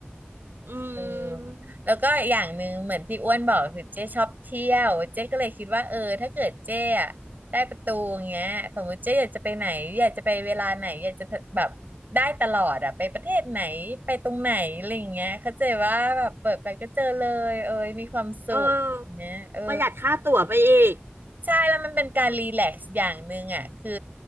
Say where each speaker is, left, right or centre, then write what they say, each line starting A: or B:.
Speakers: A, on the right; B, on the right.
A: อื
B: เออ
A: ม
B: แล้วก็อย่างหนึ่งเหมือนที่อ้วนบอกคือเจ๊ชอบเที่ยวเจ๊ก็เลยคิดว่าเออถ้าเกิดเจ๊อะได้ประตูอย่างเงี้ยสมมติเจ๊อยากจะไปไหนอยากจะไปเวลาไหนอยากจะแบบได้ตลอดอะไปประเทศไหนไปตรงไหนอะไรอย่างเงี้ยเข้าใจว่าแบบเปิดไปก็เจอเลยเอยมีความสุขอย่างเงี้ยเออ
A: เออ ประหยัดค่าตั๋วไปอีก
B: ใช่แล้วมันเป็นการรีแลกซ์อย่างหนึ่งอ่ะคือ